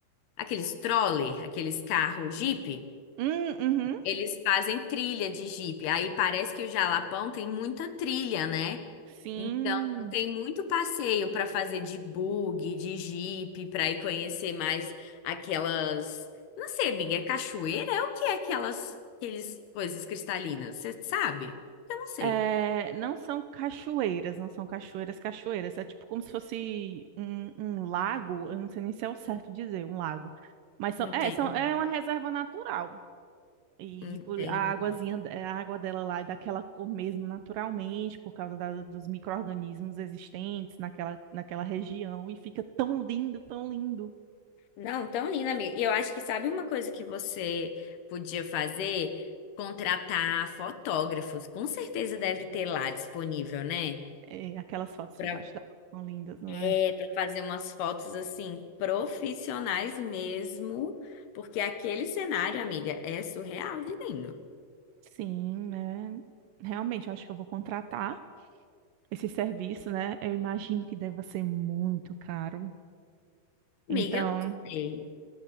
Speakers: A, on the left (about 70°); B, on the right (about 80°).
A: Aqueles troller, aqueles carros Jeep?
B: Hum, uhum,
A: Eles fazem trilha de Jeep. Aí parece que o Jalapão tem muita trilha, né?
B: sim.
A: Então, tem muito passeio para fazer de bug, de Jeep, para ir conhecer mais aquelas, não sei, amiga, é cachoeira? É o que é aquelas, aqueles coisas cristalinas? Você sabe? Eu não sei.
B: É, não são cachoeiras, não são cachoeiras, cachoeiras. É tipo como se fosse um, um lago, eu não sei nem se é o certo dizer, um lago. Mas são,
A: Entendi,
B: é, são, é uma reserva natural. E
A: entendi.
B: por, a aguazinha, a água dela lá é daquela cor mesmo, naturalmente, por causa da- dos micro-organismos existentes naquela, naquela região. E fica tão lindo, tão lindo.
A: Não, tão linda, amiga. E eu acho que sabe uma coisa que você podia fazer? Contratar fotógrafos. Com certeza deve ter lá disponível, né?
B: É, aquelas fotos
A: Pra,
B: debaixo da água são lindas, não
A: é,
B: é?
A: pra fazer umas fotos assim, profissionais mesmo, porque aquele cenário, amiga, é surreal de lindo.
B: Sim, né? Realmente, eu acho que eu vou contratar esse serviço, né? Eu imagino que deva ser muito caro.
A: Amiga,
B: Então,
A: eu não sei.